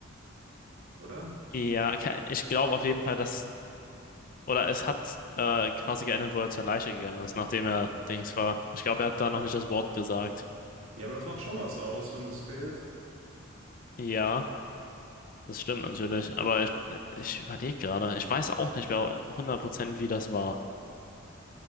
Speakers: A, on the right; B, on the left.
A: oder?
B: Ja, ke- ich glaube auf jeden Fall, dass, oder es hat äh, quasi geändert, wo er zur Leiche gegangen ist, nachdem er Dings war. Ich glaube, er hat da noch nicht das Wort gesagt.
A: Ja, aber das macht schon was aus, wenn das fehlt.
B: Ja. Das stimmt natürlich, aber ich, ich überlege gerade, ich weiß auch nicht mehr 100% wie das war.